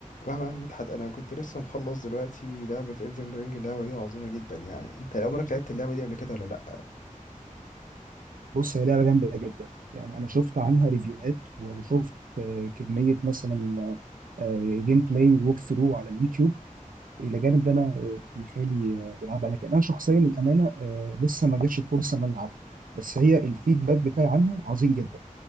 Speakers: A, on the left; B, on the right.
A: مهما يعني مدحت انا كنت لسه مخلص دلوقتي لعبة Elden Ring اللعبة دي عظيمة جدا يعني انت عمرك لعبت اللعبة دي قبل كده ولا لا
B: بص هي لعبة جامدة جدا يعني أنا شفت عنها ريفيوهات وشفت آه، كمية مثلا جيم بلاي ووك ثرو على اليوتيوب إلى جانب إن أنا آه، ابن خالي آه، بيلعبها لكن أنا شخصيا الأمانة آه، لسه ما جاتش الفرصة إن أنا ألعبها بس هي الفيدباك بتاعي عنها عظيم جدا